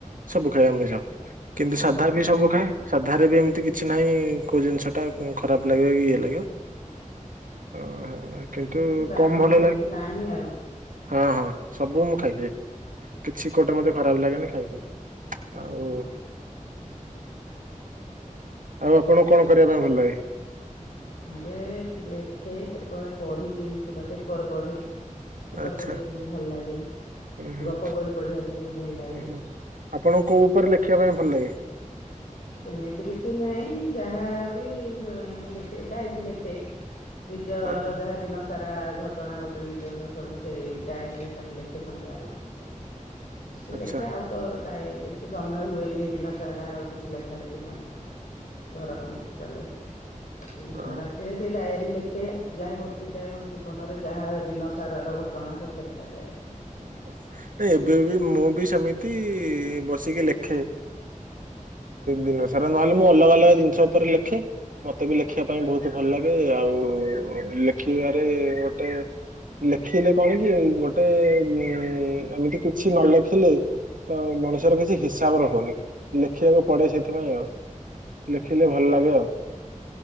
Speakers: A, on the right; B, on the left.
A: ସବୁ ଖାଏ ଆମିଷ କିନ୍ତୁ
B: ହଁ
A: ସାଧା
B: ମୁଁ
A: ବି ସବୁ ଖାଏ। ସାଧାରେ ବି ଏମିତି କିଛି ନାହିଁ କୋଉଁ ଜିନିଷ ଟା ଖରାପ ଲାଗିବ କି ଇଏ ଲାଗିବ। ଓହ କିନ୍ତୁ
B: କିଛି ବାରଣ
A: କମ ଭଲ
B: ସେମିତି
A: ଲାଗେ।
B: ନାହିଁ ଆଉ
A: ହଁ ହଁ ସବୁ ମୁଁ ଖାଇଦିଏ କିଛି କୋଉଁଟା ମତେ ଖରାପ ଲାଗେନି ଖାଇଦିଏ।
B: ଅ
A: ଆଉ
B: ହଁ।
A: ଆଉ ଆପଣଙ୍କୁ କଣ କରିବା ପାଇଁ ଭଲ ଲାଗେ?
B: ମୁଁ ଟିକେ ଲେଖେ କେତେବେଳେ ପଢି ଦିଏ ବି ସେଧ ପେପର ପଢ଼େ। ପେପର
A: ଆଚ୍ଛା
B: ପଢିବାକୁ ବି ଭଲ ଲାଗେ
A: ହୁଁ ହୁଁ
B: ଗପ ବହି ପଢିବାକୁ ବି ଭଲ ଲାଗେ।
A: ହୁଁ ହୁଁ ଆପଣଙ୍କୁ କୋଉଁ ଉପରେ ଲେଖିବା ପାଇଁ ଭଲ ଲାଗେ?
B: ସେମିତି କିଛି ନାହିଁ ଯାହା ବି ଲେଖେ ଡାଇରୀ ଲେଖେ। ନିଜର
A: ଓହୋ
B: ଯାହା ଦିନ ସାରା ଘଟଣା ଘଟେ ନିଜସ୍ ସବୁ ସେଇ ଡାଏରୀରେ ତାକୁ ଲେଖେ ସନ୍ଧ୍ୟାବେଳେ। କିଛି
A: ଆଚ୍ଛା
B: ଲେଖେ ଆଉ ତ ଟା କିଛି ସମୟ ହୁଏନି ଦିନ ସାରା ଆଉ କିଛି ଲେଖା ଲେଖା ଲେଖି ପାଇଁ ଘର କାମ ଚାଲେ କିନ୍ତୁ ସରା
A: ଅହ,
B: ରାତିରେ ସେଇ ଡାଏରୀ ଲେଖେ ଯାହା ଘଟିଥାଏ ମୋ ଜୀବନରେ ଯାହା ଦିନସାରାର ଘଟଣା ସବୁ ଲେଖାଯାଏ ଆଉ
A: ଓହୋ ନାଇଁ ଏବେ ବି ମୁଁ ବି ସେମିତି ବସିକି ଲେଖେ। ଦିନ ସାରା ନହେଲେ ମୁଁ ଅଲଗା ଅଲଗା ଜିନିଷ ଉପରେ ଲେଖେ ମତେ ବି ଲେଖିବା ପାଇଁ ବହୁତ ଭଲ ଲାଗେ ଆଉ ଲେଖିବାରେ ଗୋଟେ ଲେଖିଲେ କଣ କି ଗୋଟେ ଉଁ ଏମିତି କିଛି ନଲେଖିଲେ ତ ମଣିଷର କିଛି ହିସାବ ରହେନି। ଲେଖିବାକୁ ପଡେ ସେଥିପାଇଁ ଆଉ ଲେଖିଲେ ଭଲ ଲାଗେ ଆଉ।